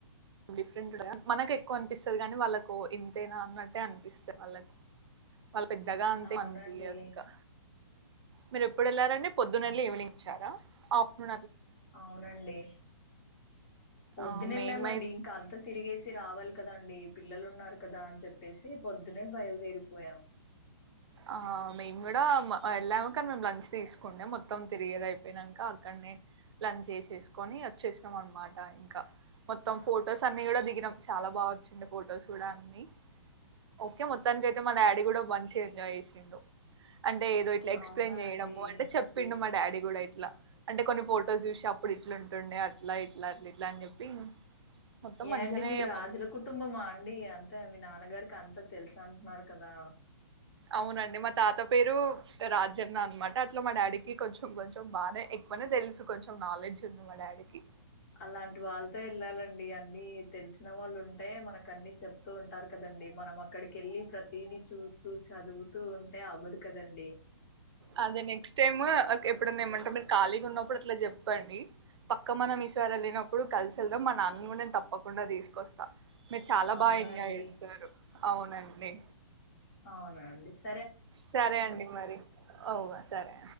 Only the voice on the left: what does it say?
అవునండి
అవ్-
అవునండి వొద్దునెళ్ళామండి
ఇంక అంతా తిరిగేసి రావాలి కదండి పిల్లలు ఉన్నారు కదా అని చెప్పేసి పొద్దునే బయలుదేరిపోయాం
అవునా
అండి
ఏ
అండి మీది రాజుల
కుటుంబమా అండి అంతే మీ నా న్నగారికి అంతా తెలుసు అంటున్నారు కదా
అలాంటి వాళ్తో వెళ్ళాలండి అన్ని తెలిసిన వాళ్ళు ఉంటే మనక అన్ని చెప్తూ ఉంటారు కదండి మనం అక్కడికి ఎళ్ళి ప్రతిదీ చూస్తూ చదువుతూ ఉంటే అవ్వదు కదండి
అవునా
అండి.
అవునండి